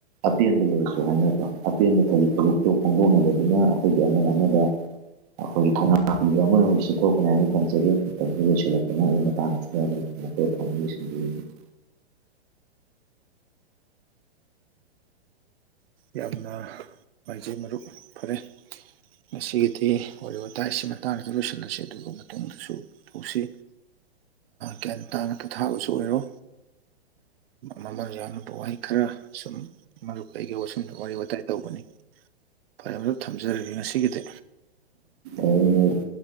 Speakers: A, on the right; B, on the right.
A: ꯑꯄꯦꯟꯕ ꯂꯩꯔꯁꯨ ꯍꯥꯏꯅꯕ ꯑꯄꯦꯟꯕ ꯊꯔꯤ ꯊꯧꯕꯛꯇꯣ ꯐꯣꯡꯗꯣꯛꯅꯕꯗꯨꯅ ꯑꯩꯈꯣꯏꯒꯤ ꯑꯃꯅ ꯑꯃꯗ ꯑꯩꯈꯣꯏꯒꯤ ꯊꯧꯅꯥ ꯄꯤꯕ ꯑꯃ ꯑꯣꯏꯔꯁꯤ ꯈꯣꯠꯀꯅꯤ ꯍꯥꯏꯅ ꯊꯝꯖ ꯖꯒꯦ ꯃꯇꯝꯗꯨ ꯂꯣꯏꯁꯤꯜꯂꯛꯛꯇꯨꯅ ꯑꯩꯒꯤ ꯃꯇꯥꯡꯁꯤꯗ ꯑꯗꯨꯝꯉꯛꯇ ꯐꯝ ꯂꯣꯏꯁꯤꯟꯕꯤꯅꯤ <inaudible>
B: ꯌꯥꯝꯅ ꯅꯨꯡꯉꯥꯏꯖꯩ ꯃꯔꯨꯞ ꯐꯔꯦ <inaudible> ꯉꯁꯤꯒꯤꯗꯤ ꯋꯥꯔꯤ ꯋꯥꯇꯥꯏ ꯑꯁꯤ ꯃꯇꯥꯡꯗ ꯂꯣꯏꯁꯤꯜꯂꯁꯤ ꯑꯗꯨꯒ ꯃꯇꯨꯡꯗꯁꯨ ꯇꯧꯁꯤ ꯒ꯭ꯌꯥꯟ ꯇꯥꯅ ꯇꯊꯥꯕꯁꯨ ꯑꯣꯏꯔꯣ ꯃꯃꯜ ꯌꯥꯝꯂꯕ ꯋꯥꯍꯩ ꯈꯔ ꯁꯨꯝ ꯃꯗꯨ ꯀꯩꯒꯤ ꯋꯥꯔꯤ ꯋꯥꯇꯥꯏ ꯇꯧꯕꯅꯤ ꯐꯔꯦ ꯑꯗꯨ ꯊꯝꯖꯔꯒꯦ ꯉꯁꯤꯒꯤꯗꯤ
A: ꯑ <inaudible>